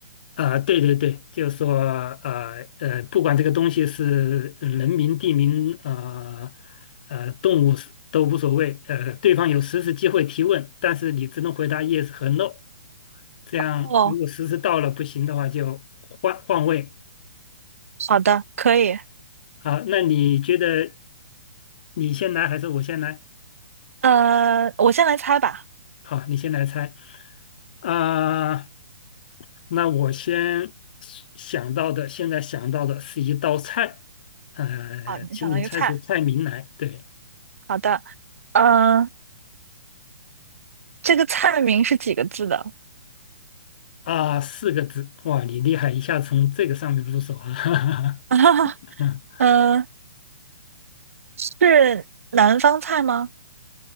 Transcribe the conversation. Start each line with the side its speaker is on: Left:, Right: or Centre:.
Left: 啊，对对对，就是说呃呃，不管这个东西是人名、地名、呃呃动物是都无所谓，呃，对方有十次机会提问，但是你只能回答 yes 和 no。这样如果实时到了不行的话，
Right: 哦，
Left: 就换换位。
Right: 好的，可以。
Left: 好，那你觉得你先来还是我先来？
Right: 呃，我先来猜吧。
Left: 好，你先来猜。啊、那我先想到的，现在想到的是一道菜，呃，
Right: 好，你想到一个菜。
Left: 请你猜出菜名来。对，
Right: 好的，嗯、这个菜名是几个字的？
Left: 啊、四个字。哇，你厉害，一下从这个上面入手啊。
Right: <laughs>
Left: <laughs>
Right: 嗯、是南方菜吗？